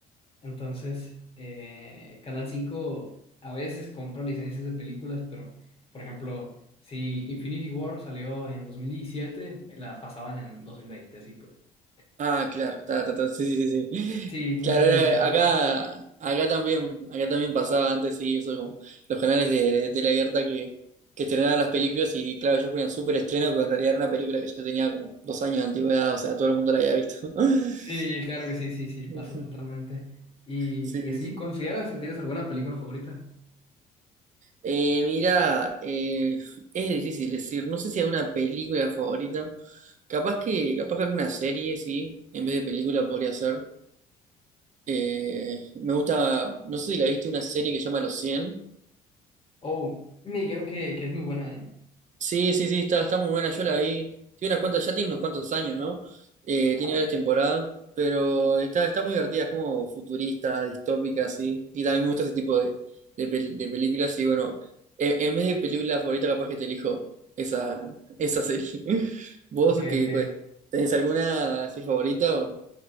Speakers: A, on the left; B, on the right.
A: Entonces, eh, Canal 5 a veces compra licencias de películas, pero, por ejemplo, si Infinity War salió en 2017 la pasaban en 2020 así pues. <laughs>
B: Ah, claro, ta, ta, ta, sí, sí, sí. sí.
A: Sí, muchos
B: Claro,
A: años
B: era-
A: después.
B: acá, acá también, acá también pasaba antes, sí, eso, como los canales de, de tele abierta que, que estrenaban las películas y claro, ellos ponían súper estreno, pero en realidad era una película que yo tenía como dos años de antigüedad, o sea, todo el mundo la había visto. <laughs>
A: Sí, claro que sí, sí, sí, pasa
B: Ujú.
A: totalmente. Y,
B: Sí, sí,
A: y así,
B: sí.
A: ¿consideras que tienes alguna película favorita?
B: Eh, mira, eh, es difícil decir, no sé si hay una película favorita, capaz que, capaz que alguna serie, sí, en vez de película podría ser. Eh, me gusta, no sé si la viste, una serie que se llama Los cien
A: Oh, me dijeron que, que es muy buena, ¿eh?
B: Sí, sí, sí, está, está muy buena, yo la vi. Tiene unas cuantas, ya tiene unos cuantos años, ¿no? Eh,
A: Ajá.
B: tiene varias temporadas, pero está, está muy divertida, es como futurista, distópica, así. Y también me gusta ese tipo de, de, pel- de películas. Y bueno, en, en vez de película favorita, capaz que te elijo esa, esa serie. <laughs> ¿Vos
A: Ok,
B: qué,
A: ok.
B: pues, tenés alguna así favorita? o-